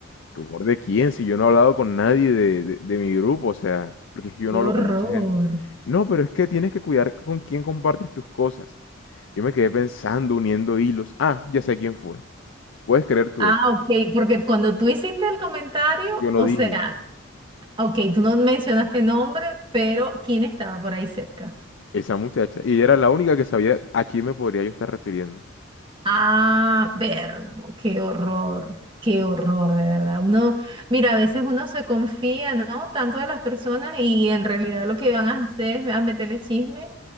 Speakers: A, on the left; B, on the right.
A: ¿rumor de quién? Si yo no he hablado con nadie de, de- de mi grupo, o sea, porque es que yo
B: Qué
A: no hablo
B: horror.
A: con mucha gente. No, pero es que tienes que cuidar con quién compartes tus cosas. Yo me quedé pensando, uniendo hilos. Ah, ya sé quién fue. ¿Puedes creer tú
B: Ah,
A: eso?
B: ok, porque cuando tú hiciste el comentario,
A: Yo no
B: o
A: dije,
B: sea, ok, tú no mencionaste nombre, pero ¿quién estaba por ahí cerca?
A: esa muchacha. Y ella era la única que sabía a quién me podría yo estar refiriendo.
B: Ah, ver, qué horror, qué horror, de verdad. Uno, mira, a veces uno se confía, ¿no? Tanto de las personas y en realidad lo que van a hacer es a meterle chisme